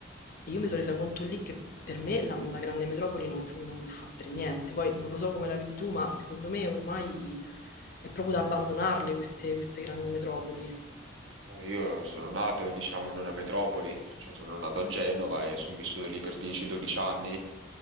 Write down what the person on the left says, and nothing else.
E io mi sono resa conto lì che per me la, la grande metropoli non, non fa per niente. Poi non lo so come la vedi tu, ma secondo me ormai è proprio da abbandonarle queste, queste grandi metropoli.